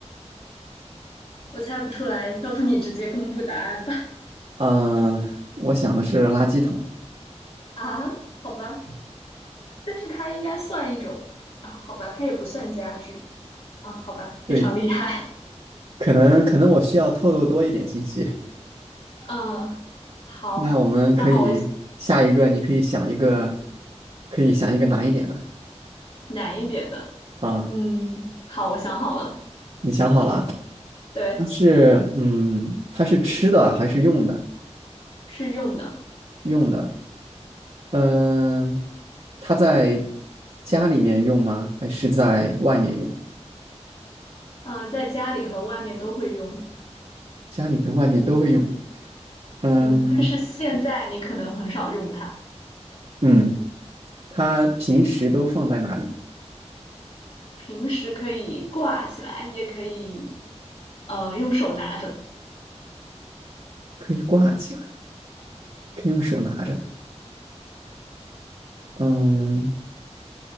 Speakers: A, on the left; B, on the right.
A: 我猜不出来，要不你直接公布答案吧？
B: 嗯、我想的是垃圾桶。
A: <laughs> 啊，好吧，但是它应该算一种啊，好吧，它也不算家具啊，好吧，
B: 对，
A: 非常厉害。
B: 可能可能我需要透露多一点信息。
A: 嗯，好，
B: 那我们可以下一个，
A: 那好，我
B: 你可以想一个，可以想一个难一点的
A: 难一点的，
B: 啊。
A: 嗯，好，我想好了，
B: 你想好了？
A: 对，
B: 它是嗯，它是吃的还是用的？
A: 是用的，
B: 用的。嗯，它在家里面用吗？还是在外面用？
A: 嗯，在家里和外面都会用，
B: 家里跟外面都会用。嗯
A: 嗯，但是现在你可能很少用它，
B: 嗯，它平时都放在哪里？
A: 平时可以挂起来，也可以，呃，用手拿着，
B: 可以挂起来，可以用手拿着。嗯，